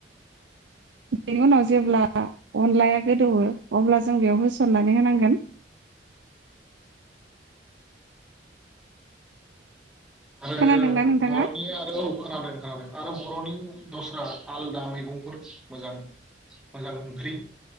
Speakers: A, on the right; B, in the centre.
A: बेनि उनाव जेब्ला अनलाया गोदौवो अब्ला जों बेयाव होसननानै होनांगोन।
B: आरो
A: खोनादोंना नोंथाङा
B: बर'नि आरो औ खोनादों खोनादों। आरो बर'नि दस्रा आलदा मैगंफोर मोजां मोजां ओंख्रि।